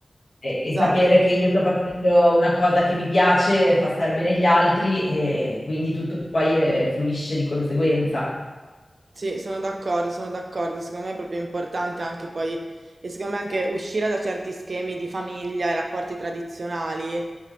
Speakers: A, on the left; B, on the right.
A: E, e
B: esatto.
A: sapere che io sto facendo una cosa che mi piace fa star bene gli altri e, e quindi tutto poi eh, fluisce di conseguenza.
B: Sì, sono d'accordo, sono d'accordo. Secondo me è proprio importante anche poi, e secondo me anche uscire da certi schemi di famiglia e rapporti tradizionali